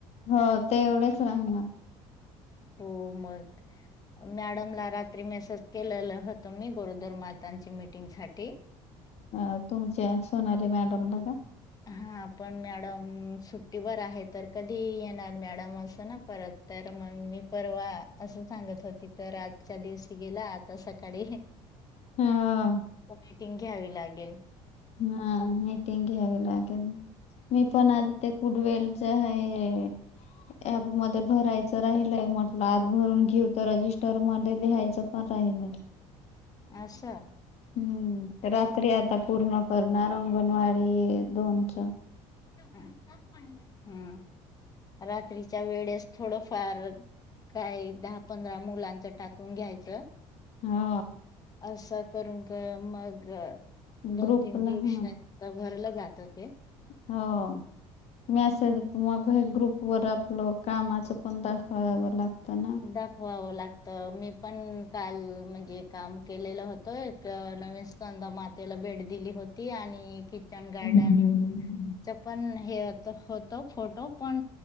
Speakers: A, on the left (about 55°); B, on the left (about 30°).
A: हो तेवढेच राहणार.
B: हो. मग मॅडमला रात्री मेसेज केलेल होत मी, गुरुधर्मर्थाची मीटिंग साठी.
A: अ तुमच्या सोनाली मॅडमला का?
B: हा. हा पण मॅडम सुट्टीवर आहे तर, कधी येणार मॅडम असं ना परत? तर मग मी परवा आसं सांगत होती, तर आजच्या दिवशी गेला आता सकाळी
A: हा
B: मीटिंग घ्यावी लागेल.
A: हा मीटिंग घ्यावी लागेल. मी पण आणते कुडवेलच आहे हे. ऍप मध्ये भरायचं राहिलय म्हटलं, आज भरून घेऊ तर रजिस्टर मध्ये लिहायचं पण ताई मले
B: आशा?
A: हम्म रात्री आता पूर्ण करणार अंगणवाडी दोनचं
B: हम रात्रीच्या वेळेस थोडफार काही दहा पंधरा मुलांचं टाकून घ्यायचं.
A: हा
B: असं करून का मग दोन
A: ग्रुपला
B: तीन दिवसात
A: हा
B: भरला <unintelligible>
A: हो मेसेज मग हे ग्रुप वर आपलं कामाचं पण दाखवावं लागतं. ना
B: दाखवावं लागतं मी पण काल म्हणजे काम केलेलं होतं एक नवीन स्तनदा मातेला भेट दिली होती आणि किचन गार्डन
A: हम्म
B: चं पण नाही. हे होत फोटो फोटो पण